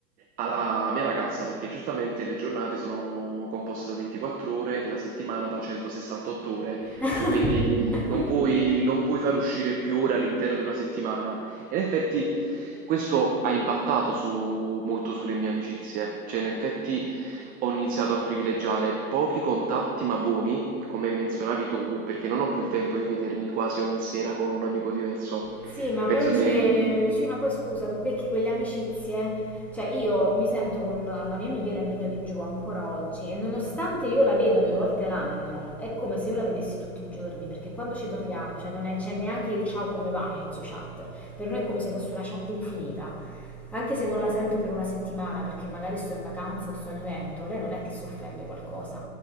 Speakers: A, on the right; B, in the centre.
A: alla mia ragazza, perché giustamente le giornate sono composte da 24 ore e la settimana da 168 ore,
B: <laughs>
A: cioè quindi non puoi, non puoi far uscire più ore all'interno di una settimana. E in effetti questo ha impattato su- molto sulle mie amicizie, cioè in effetti ho iniziato a privilegiare pochi contatti ma buoni, come menzionavi tu, perché non ho più il tempo di vedermi quasi ogni sera con un amico diverso.
B: Sì, ma
A: Penso
B: poi c'è...
A: che
B: Sì, ma poi scusa, becchi quelle amicizie. Cioè, io mi sento con la mia migliore amica di giù ancora oggi e nonostante io la veda due volte all'anno, è come se io la vedessi tutti i giorni, perché quando ci parliamo, cioè non è- c'è neanche il ciao come va inizio chat. Per noi è come se fosse una chat infinita anche se non la sento per una settimana perché magari sto in vacanza o sto in evento, lei non è che si offende o qualcosa.